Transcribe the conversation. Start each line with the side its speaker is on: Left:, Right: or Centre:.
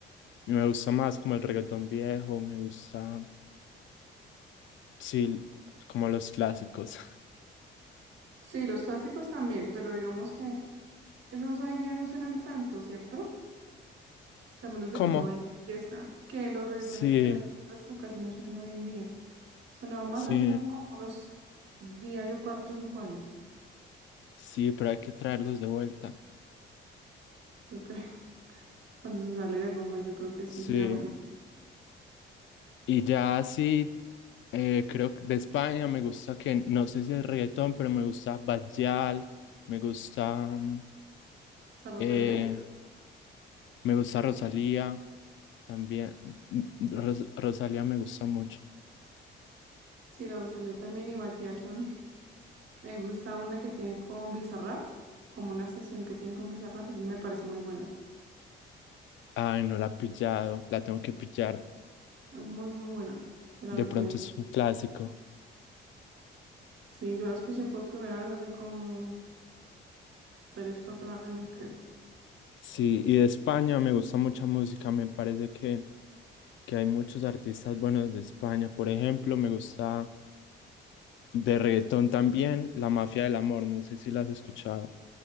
Left: me gusta más como el reggaetón viejo, me gusta, sí, como los clásicos. <laughs>
Right: Sí, los clásicos también, pero digamos que esos hoy en día no suenan tanto, ¿cierto? O sea, a menos de
Left: ¿Cómo?
Right: que uno vaya a una fiesta, que los reggaetones,
Left: Sí,
Right: el reggaetón clásico casi no suena hoy en día. Sonaba más
Left: sí,
Right: hace unos, como unos días, yo cuatro o cinco años,
Left: sí, pero hay que traerlos de vuelta.
Right: yo creo. <laughs> Cuando se sale de rumba, yo creo que sí
Left: Sí.
Right: sería bueno.
Left: Y ya así Eh, creo que de España me gusta que, no sé si es reggaetón, pero me gusta Bajal, me gusta, mm,
Right: ¿La Rosalía?
Left: eh, me gusta Rosalía también. Mm, mm, Ros- Rosalía me gusta mucho.
Right: Sí, la Rosalía también y Bad Gyal también. <laughs> Me gusta una que tiene con Bizarrap, como una sesión que tiene con Bizarrap, es- me parece muy buena.
Left: Ay, no la he pillado, la tengo que pillar.
Right: Es muy, muy buena. Te la
Left: De
Right: recomiendo.
Left: pronto es un clásico.
Right: Sí, yo la escuché por primera vez hace como tres, cuatro años, creo.
Left: Sí, y de España me gusta mucha música, me parece que, que hay muchos artistas buenos de España. Por ejemplo, me gusta de reggaetón también La Mafia del Amor, no sé si la has escuchado.